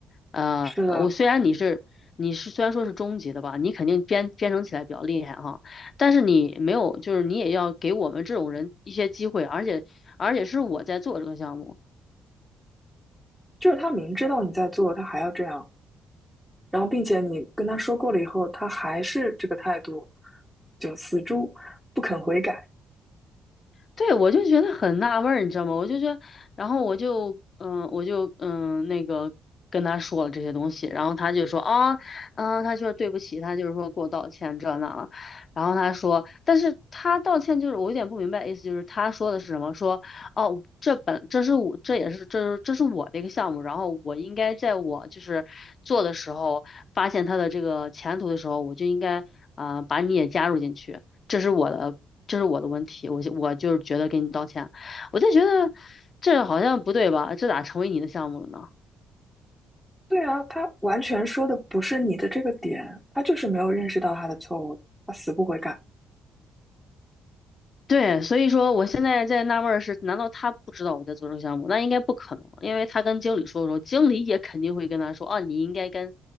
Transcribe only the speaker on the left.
呃，
我虽然你是你是虽然说是中级的吧，你肯定编编程起来比较厉害哈，但是你没有，就是你也要给我们这种人一些机会，而且。而且是我在做这个项目。
对，我就觉得很纳闷儿，你知道吗？我就觉得，然后我就，嗯、我就，嗯、那个跟他说了这些东西，然后他就说啊，嗯、他说对不起，他就是说给我道歉这那了，然后他说，但是他道歉就是我有点不明白，意思就是他说的是什么？说哦，这本这是我这也是这是这是我的一个项目，然后我应该在我就是做的时候发现他的这个前途的时候，我就应该啊、把你也加入进去。这是我的，这是我的问题，我就我就是觉得给你道歉，我就觉得这好像不对吧？这咋成为你的项目了呢？
对，所以说我现在在纳闷儿是，难道他不知道我在做这个项目？那应该不可能，因为他跟经理说的时候，经理也肯定会跟他说，啊，你应该跟